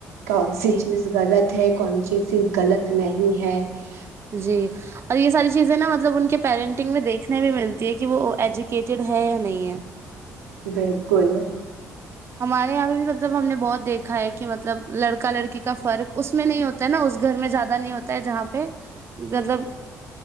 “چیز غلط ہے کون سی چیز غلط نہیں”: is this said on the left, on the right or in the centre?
Right